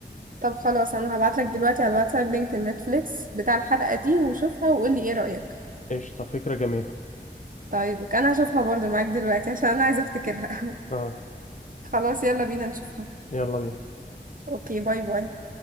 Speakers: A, on the right; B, on the left.
A: طب خلاص انا هبعتلك دلوقتي على الواتساب لينك النتفليكس بتاع الحلقة دي وشوفها وقولي ايه رأيك
B: قشطة فكرة جميلة
A: طيب اوكي، انا هشوفها برضو معاك دلوقتي عشان انا عايزة افتكرها
B: اه
A: <laughs> خلاص يلا بينا نشوفها
B: يلا بينا
A: اوكي باي باي